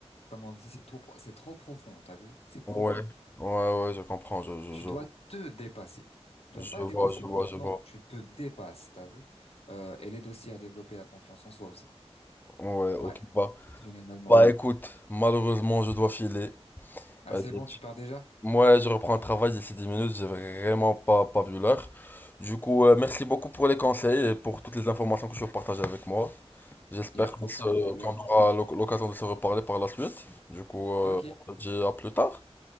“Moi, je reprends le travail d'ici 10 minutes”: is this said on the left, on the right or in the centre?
Left